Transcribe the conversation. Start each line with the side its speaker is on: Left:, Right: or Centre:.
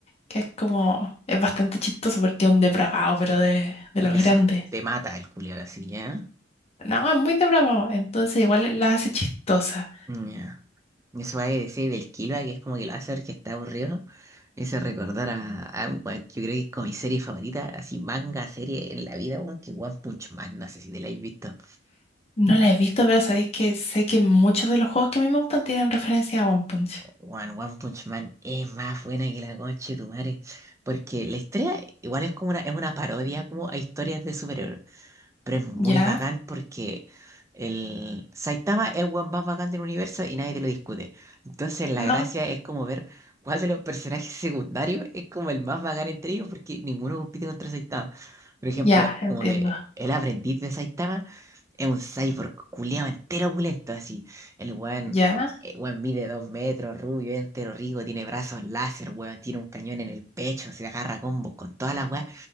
Left: que es como, es bastante chistoso porque es un depravado, pero de, de
Right: De
Left: los grandes.
Right: eso. Te mata el culiao así, ¿ya?
Left: No, es muy depravado, entonces igual la hace chistosa.
Right: Ya. Eso va a decir del Killua, que es como que lo hace ver que está aburrido. Ese recordar a, a bueno, yo creo que es como mi serie favorita, así manga, serie en la vida, weón, que One Punch Man, no sé si te la habéis visto.
Left: No la he visto, pero sabéis que sé que muchos de los juegos que a mí me gustan tienen referencia a One Punch.
Right: One, One Punch Man es más buena que la concha de tu madre, porque la historia igual es como una, es una parodia como a historias de superhéroes. Pero es muy
Left: ¿Ya?
Right: bacán porque el Saitama es el weón más bacán del universo y nadie te lo discute. Entonces la
Left: ¿No?
Right: gracia es como ver cuál de los personajes <laughs> secundarios es como el más bacán entre ellos porque ninguno compite contra Saitama. Por ejemplo,
Left: Ya, entiendo.
Right: como que el aprendiz de Saitama es un cyborg culiado entero opulento así. El weón,
Left: ¿Ya?
Right: el weón mide dos metros, rubio, es entero rico, tiene brazos láser, weón, tiene un cañón en el pecho, se agarra a combos con toda la weá.